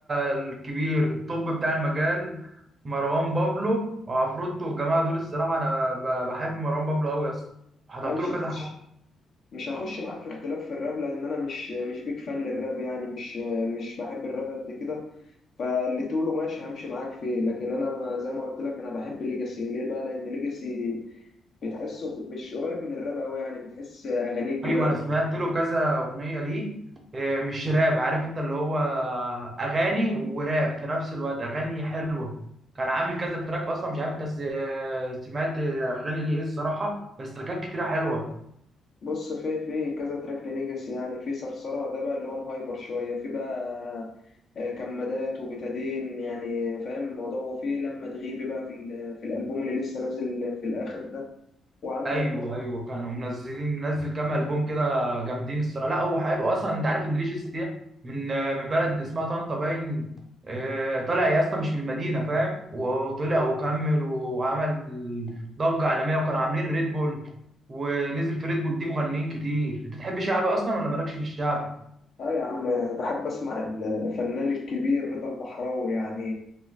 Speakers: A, on the right (about 40°); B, on the left (about 55°).
A: الكبير الطب بتاع المجال مروان بابلو وعفروتو والجماعه دول الصراحه انا ب- بحب مروان بابلو قوي يا اسطى حضرت
B: انا مش
A: له
B: هخش
A: كذا حاجه
B: مش هخش معاك في اختلاف في الراب لان انا مش مش بيك فان للراب يعني مش مش بحب الراب قد كده فاللي تقوله ماشي همشي معاك فيه لكن انا ب- زي ما قلت لك انا بحب ليجاسي ليه بقى لان ليجاسي بتحسه ب- مش قريب من الراب قوي يعني بتحس اغانيه كده
A: ايوه انا سمعت له كذا اغنيه ليه إيه، مش راب عارف انت اللي هو اغاني وراب في نفس الوقت اغاني حلوه كان عامل كذا تراك اصلا مش عارف انت س- سمعت اغاني ليه ايه الصراحه بس تراكات كتيره حلوه
B: بص في في كذا تراك لليجاسي يعني في صرصره ده بقى اللي هو مهايبر شويه في بقى آه، كمادات وبتادين يعني فاهم الموضوع وفي لما تغيبي بقى في ال- في الالبوم اللي لسه نازل في الاخر ده وعندك
A: ايوه
B: بقى
A: ايوه كانوا منزلين منزل كام البوم كده جامدين الصراحه لا هو حلو اصلا انت عارف ان ريجيس دي من من بلد اسمها طنطا باين آه، طالع يا اسطى مش من المدينه فاهم وطلع وكمل وعمل ضجه عالميه وكانوا عاملين ريد بول ونزل في ريد بول دي مغنيين كتير انت تحب شعبي اصلا ولا مالكش في الشعب
B: اه يا عم بحب اسمع الفنان الكبير رضا البحراوي يعني